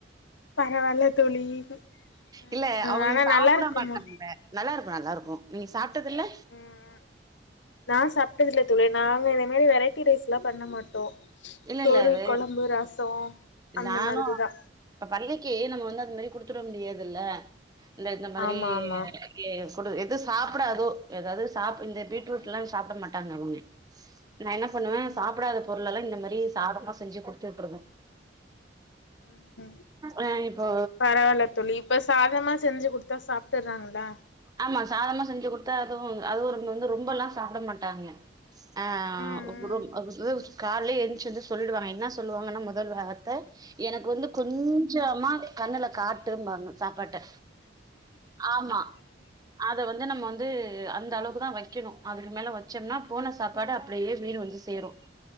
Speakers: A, on the left; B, on the right.
A: பரவால்ல தோழி ஆ
B: இல்ல அவுங்க
A: ஆனா
B: சாப்ட
A: நல்லா இருக்குமா
B: மாட்டாங்க நல்லா இருக்கு நல்லா இருக்கு நீங்க சாப்ட்டதுல்ல
A: ம் நா சாப்ட்டதுல்ல தோழி நாங்க இதேமாரி வெரைட்டி ரைஸ்ல்லா பண்ண மாட்டோ
B: இல்ல
A: சோறு
B: இல்ல அது
A: கொழம்பு ரசோ அந்த
B: நானு
A: மாதிரிதா
B: இப்ப பள்ளிக்கு நம்ம வந்து அந் மாரி குடுத்துட முடியாதுல்ல இல்ல இந்த மாதிரி
A: ஆமா ஆமா
B: எ ஃபுட்டு எது சாப்டாதோ ஏதாவுது சாப் இந்த பீட்ரூட்ல்லா சாப்ட மாட்டாங்க அவுங்க நா என்ன பண்ணுவே
A: ம்
B: சாப்டாத
A: ம்
B: பொருளெல்லா இந்த மாரி சாதமா செஞ்சு குடுத்து வுட்ருவே
A: ம் ம்
B: அ இப்போ
A: பரவால்ல தோழி இப்ப சாதமா செஞ்சு குடுத்தா சாப்ட்டுறாங்ளா
B: ஆமா சாதமா செஞ்சு குடுத்தா அதுவு அதுவு வந்து ரொம்பல்லா சாப்ட மாட்டாங்க ஆ
A: ம்
B: குரும்
A: ம்
B: காலேய எந்ருச்சு வந்து சொல்டுவாங்க என்ன சொல்லுவாங்கன்னா மொதல் வார்த் த எனக்கு வந்து கொஞ்சமா கண்ணுல காட்டுபாங்க சாப்பாட்ட ஆமா அத வந்து நம்ம வந்து அந்த அளவுக்கு தா வைக்கணு அதுக்கு மேல வச்சோனா போன சாப்பாடு அப்டியே வீடு வந்து சேரு